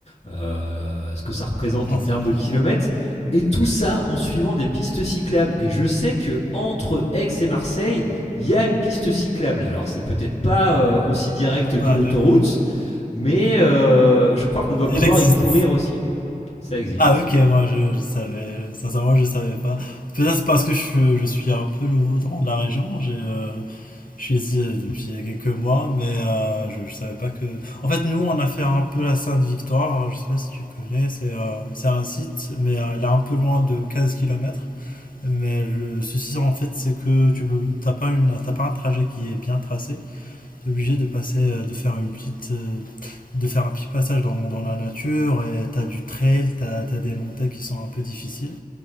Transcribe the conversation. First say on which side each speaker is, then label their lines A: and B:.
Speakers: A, on the left (about 50°); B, on the left (about 65°).
A: euh, ce que ça représente
B: Ah,
A: en termes
B: c'est bien.
A: de kilomètres. Et tout ça en suivant des pistes cyclables. Et je sais que entre Aix et Marseille, il y a une piste cyclable. Alors c'est peut-être pas euh, aussi direct que
B: Ah,
A: l'autoroute,
B: d'accord.
A: mais euh, je crois qu'on doit
B: Il
A: pouvoir
B: existe.
A: y courir aussi. Ça existe.
B: Ah, ok, moi je, je savais. Sincèrement, je savais pas. Peut-être c'est parce que je, suis- je suis un peu nouveau dans la région. J'ai, euh, je suis ici euh, depuis quelques mois, mais euh, je, je savais pas que. En fait, nous, on a fait un peu la Sainte-Victoire. Je sais pas si tu connais. C'est euh, c'est un site, mais euh, elle est un peu loin de 15 km. Mais le souci, en fait, c'est que tu peux, t'as pas une, t'as pas un trajet qui est bien tracé. T'es obligé de passer, euh, de faire une petite, euh, de faire un petit passage dans, dans la nature et t'as du trail, t'as, t'as des montées qui sont un peu difficiles.